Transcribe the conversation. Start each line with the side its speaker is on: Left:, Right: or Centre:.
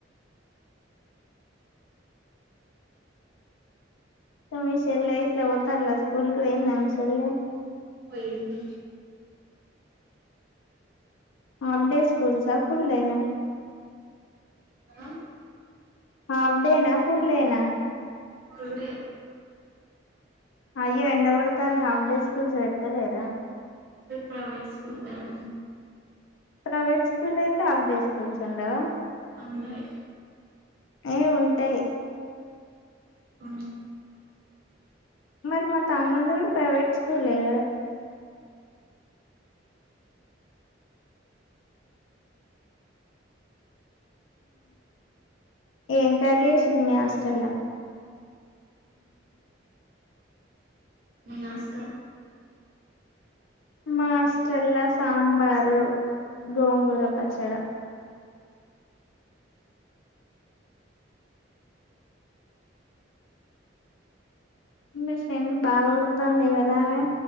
Left: మీ చెల్లె యిట్ల పోతారా స్కూల్కి పోయిందా మీ చెల్లె
Right: పోయింది.
Left: ఆఫ్ డే స్కూసా ఫుల్లేయినా
Right: ఆ
Left: హాఫ్ డేనా ఫుడ్డేనా
Right: ఫుల్ డే
Left: అయ్యో ఎండ కొడుతంది హాఫ్ డే స్కూల్స్ పెడ్తలేరా
Right: ప్రైవేట్ స్కూల్ కదా
Left: ప్రైవేట్ స్కూల్ అయితే ఆఫ్ డే స్కూల్స్ ఉండయా
Right: ఉండయి.
Left: ఏ ఉంటాయి.
Right: ఆ
Left: మరి మా తమ్ముంది కూడా ప్రైవేట్ స్కూలే ఏం కర్రీ చేసిండ్రు మీ హాస్టళ్ల
Right: వస్త
Left: మా హాస్టళ్ల సాంబార్ గోంగూర పచ్చడా మీ ఫ్రెండ్ బా ఒర్రుతుంది ఎవరామె